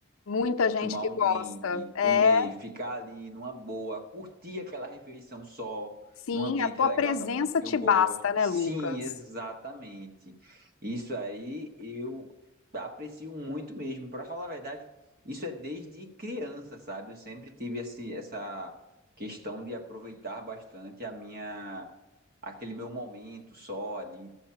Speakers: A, on the left (about 70°); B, on the right (about 45°).
A: Muita gente
B: tomar
A: que
B: um
A: gosta.
B: drink, comer,
A: É,
B: ficar ali numa boa, curtir aquela refeição só,
A: Sim,
B: num ambiente
A: a tua
B: legal,
A: presença
B: num ambiente que
A: te
B: eu gosto.
A: basta,
B: Sim,
A: né, Lucas?
B: exatamente. Isso aí eu aprecio muito mesmo. Para falar a verdade, isso é desde criança, sabe? Eu sempre tive esse, essa questão de aproveitar bastante a minha aquele meu momento só ali,